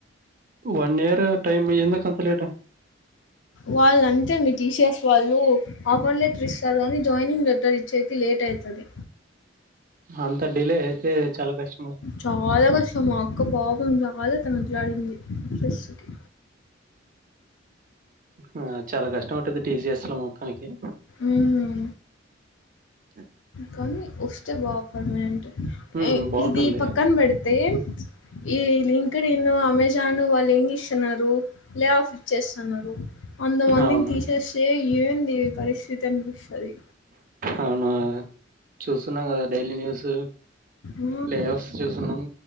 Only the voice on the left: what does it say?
వాళ్లు అంతేండి టీసీఎస్ వాళ్ళు ఆఫర్ లెటర్ ఇస్తారు కాని జాయినింగ్ లెటర్ ఇచ్చేకి లేట్ అయితది
చాలా కష్టం మా అక్క పాపం చాలా తనట్లాడింది స్ట్రెస్కి
ఉమ్
కానీ వస్తే బా పర్మనెంట్
ఇది పక్కన పెడితే ఈ లింక్డిన్ అమెజాన్ వాళ్ళు యేంచేస్తున్నారు లే ఆఫ్ ఇచ్చేస్తున్నారు అంత మందిని
తీసేస్తే ఏంది పరిస్థితి అనిపిస్తది
ఆ!